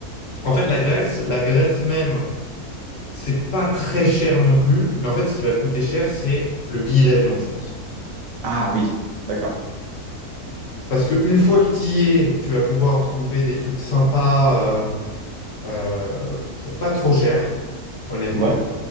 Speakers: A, on the left; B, on the right.
A: en fait, la Grèce, la Grèce même, c'est pas très cher non plus. Mais en fait, ce qui va coûter cher, c'est le billet d'avion, je pense.
B: Ah oui, d'accord.
A: Parce que une fois que tu y es, tu vas pouvoir trouver des trucs sympas euh, euh, pour pas trop cher, honnêtement.
B: Ouais,